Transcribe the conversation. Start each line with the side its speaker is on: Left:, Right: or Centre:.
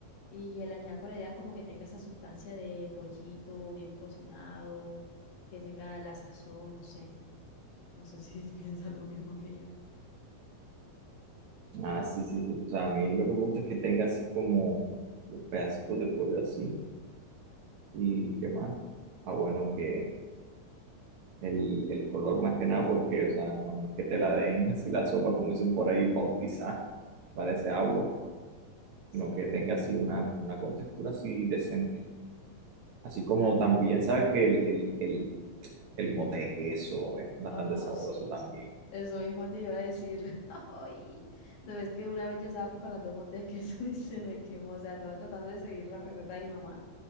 Left: Y el ajiaco la idea es como que tenga esa sustancia de pollito bien cocinado, que tenga la sazón, no sé, no sé si <laughs> piensan lo mismo que yo.
Right: Ah, sí, sí, sí. O sea, a mí lo que me gusta es que tenga así como los pedacitos de pollo así. ¿Y qué más? Ah, bueno, que. el, el color más que nada, porque, o sea, no, no es que te la den así la sopa, como dicen por ahí, bautizada, que parece agua,
Left: Sí.
Right: sino que tenga así una, una contextura así decente. Así como
Left: o sea
Right: también, sabes que el, el, el, el mote de queso es bastante
Left: Oh,
Right: sabroso
Left: sí.
Right: también.
Left: Eso mismo te iba a decir. <laughs> Ay, no ves que una vez yo estaba preparando un mote de queso <laughs> y se me quemó. O sea, estaba tratando de seguir la receta de mi mamá.